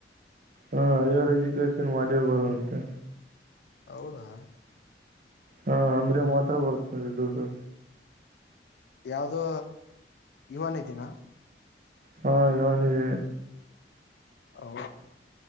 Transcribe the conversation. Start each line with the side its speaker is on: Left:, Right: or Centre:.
Right: ಹಾ ಹೈಯರ್ ಎಜುಕೇಶನ್ ಮಾಡಿರ್ಬೋದಂತೆ
Left: ಹೌದಾ
Right: ಹಾ ಅಂದ್ರೆ ಮಾತ್ರ ಬರ್ತ್ತನರಿ ದುಡ್ಡು
Left: ಯಾವ್ದೋ ಇವನ್ ದಿನ
Right: ಹಾ ಯನ್ಿದ್ದಿ
Left: ಹೌ